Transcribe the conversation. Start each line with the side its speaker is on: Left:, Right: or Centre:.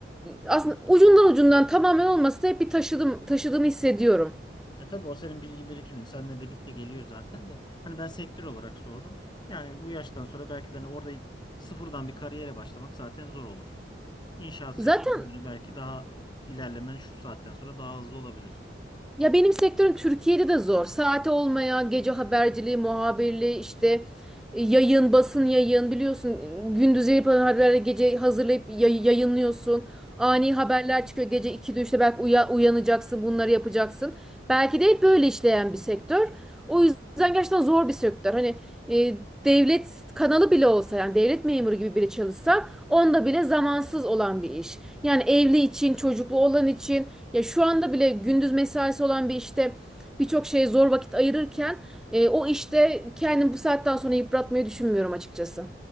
Centre: Aslında ucundan ucundan tamamen olmasa da hep bir taşıdım, taşıdığımı hissediyorum.
Left: E tabii o senin bilgi birikimin. Seninle birlikte geliyor zaten de. Hani ben sektör olarak sordum. Yani bu yaştan sonra belki de hani orada sıfırdan bir kariyere başlamak zaten zor olur. İnşaat
Centre: Zaten
Left: sektörü hani belki daha e, ilerlemen şu saatten sonra daha hızlı olabilir.
Centre: Ya benim sektörüm Türkiye'de de zor. Saati olmayan gece haberciliği, muhabirliği, işte e, yayın, basın yayın biliyorsun. e, Gündüz yapılan haberleri gece hazırlayıp yay- yayınlıyorsun. Ani haberler çıkıyor gece 2'de üçte belki uya- uyanacaksın, bunları yapacaksın. Belki de hep böyle işleyen bir sektör. O yüzden gerçekten zor bir sektör. Hani e, devlet kanalı bile olsa yani devlet memuru gibi biri çalışsa Onda bile zamansız olan bir iş. Yani evli için, çocuklu olan için ya şu anda bile gündüz mesaisi olan bir işte birçok şeye zor vakit ayırırken e, o işte kendimi bu saatten sonra yıpratmayı düşünmüyorum açıkçası.